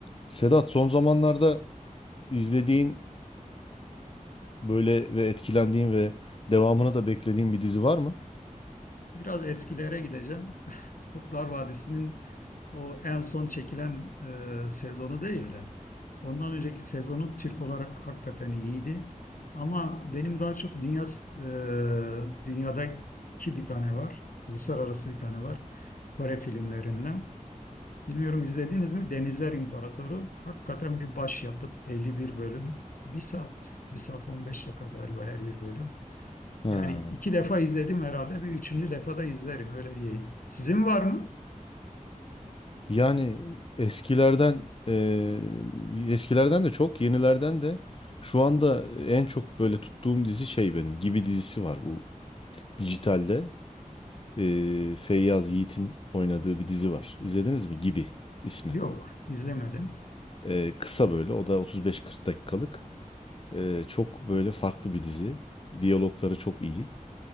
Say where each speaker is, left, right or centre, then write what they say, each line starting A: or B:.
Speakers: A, on the left; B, on the left.
A: Sedat, son zamanlarda izlediğin böyle ve etkilendiğin ve devamını da beklediğin bir dizi var mı?
B: Biraz eskilere gideceğim. <laughs> Kurtlar Vadisi'nin o en son çekilen e, sezonu değil de ondan önceki sezonu Türk olarak hakikaten iyiydi. Ama benim daha çok dünya e, dünyadaki bir tane var. Uluslararası bir tane var. Kore filmlerinden. Bilmiyorum izlediniz mi? Denizler İmparatoru. Hakikaten bir başyapıt. 51 bölüm. Bir saat, bir saat 15 dakika galiba her bir bölüm.
A: Ha.
B: Yani iki defa izledim herhalde. Bir üçüncü defa da izlerim öyle diyeyim. Sizin var mı?
A: Yani eskilerden eee, eskilerden de çok, yenilerden de şu anda en çok böyle tuttuğum dizi şey benim Gibi dizisi var bu dijitalde. Eee Feyyaz Yiğit'in oynadığı bir dizi var. İzlediniz mi? Gibi ismi.
B: Yok, izlemedim.
A: Eee, kısa böyle o da 35-40 dakikalık. Eee, çok böyle farklı bir dizi. Diyalogları çok iyi.